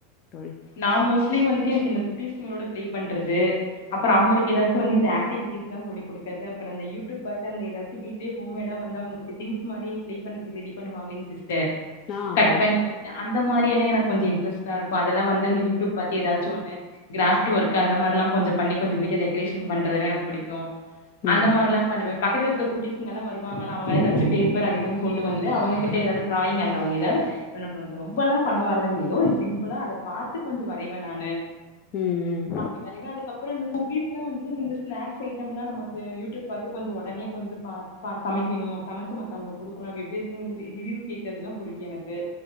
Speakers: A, on the left; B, on the left.
A: தோழி
B: நா மோஸ்ட்லி வந்துட்டு எனக்கு இந்த குட்டீஸ்களோட பிளே பண்றது அப்பறம் அவுங்களுக்கு ஏதாச்சு வந்து இந்த ஆக்டிவிட்டிஸ்ல சொல்லிக் கொடுக்கிறது அப்புறம் அந்த யுடியூப் பாத்து அந்த ஏதாச்சு வீட்டிலேயே ஹோம் மேட் ஆ வந்து அவுங்க திங்ஸ் மாரி ப்ளே பண்றதுக்கு ரெடி பண்ணுவாங்க <unintelligible> <unintelligible>
A: ஆ ஆமா
B: கட் பண்ணி வந்து அந்த மாரியெல்லா எனக்கு கொஞ்ச இன்ட்ரஸ்டா இருக்கு இதெல்லா வந்து <unintelligible> யூடியூப் பாத்து ஏதாச்சு ஒன்னு கிராஃப் ட்டு ஒர்க் அந்த மாரிலாம் கொஞ்ச பண்ணி கொஞ்ச வீட்ட டெக்கரேசன் பண்றதுன எனக்கு புடிக்கும்
A: ம்.
B: அந்த மாரிலாம் பண்ணுவேன் பக்கத்துலயிருக்குற குட்டிஸ்க எல்லாம் வருவாங்களா அவங்க ஏதாச்சு பே <unintelligible> அது இதுன்னு கொண்டு வந்து அவங்ககிட்ட ஏதாவது டிராயிங் அந் அவங்க ஏதாவது எனக்கு எனக்கு ரொம்பல்லாம் பண்ண வராதுங் ஏதோ சிம்புளா அத பாத்து கொஞ்ச வரைவேன் நானு
A: ம், ம்.
B: அப்டி வரைவேன் அதுக்கப்புறம் இந்த குக்கீஸ் எல்லாம் வந்துட்டு <unintelligible> ஸ்நாக்ஸ் ஐட்டம்லாம் நமக்கு யூடியூப் பாத்து கொஞ்ச உடனே கொஞ்ச பா சமைக்கணு சமைச்சு மத்தவுங்களுக்கு குடுக்கணு அது எப்படி இருக்குங்கிறது ரிவியூ கேக்குறதுன்னா புடிக்கு எனக்கு